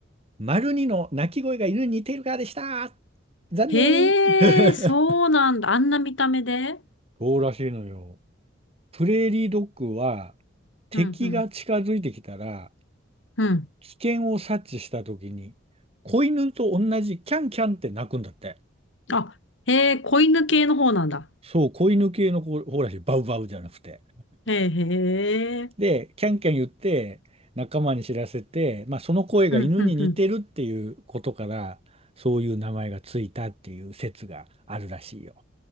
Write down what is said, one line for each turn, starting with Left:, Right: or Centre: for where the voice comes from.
Right: 丸二の鳴き声が犬に似ているからでした。残念。
Left: へえ、
Right: <laughs>
Left: そうなんだ。あんな見た目で
Right: そうらしいのよ。プレーリードッグは敵が近づいてきたら
Left: うん、うん、うん。
Right: 危険を察知した時に子犬と同じキャンキャンって鳴くんだって。
Left: あ、へえ、子犬系の方なんだ。
Right: そう、子犬系の子ほらしい、バウバウじゃなくて。
Left: へえ、へえ。
Right: で、キャンキャン言って仲間に知らせて、まあ、その声が犬に似てるっていうことからそういう名前がついたっていう説があるらしいよ。
Left: うん、うん、うん。